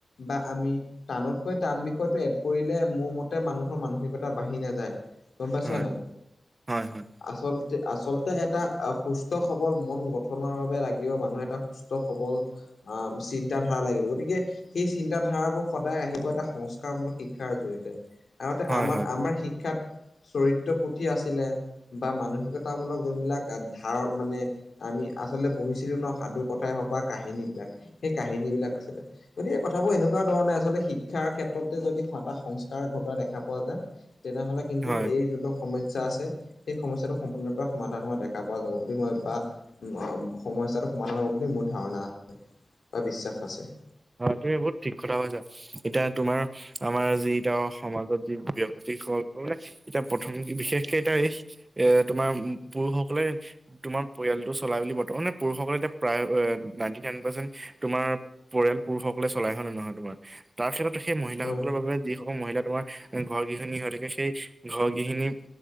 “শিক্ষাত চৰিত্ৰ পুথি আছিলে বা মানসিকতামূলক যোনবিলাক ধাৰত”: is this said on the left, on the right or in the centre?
Left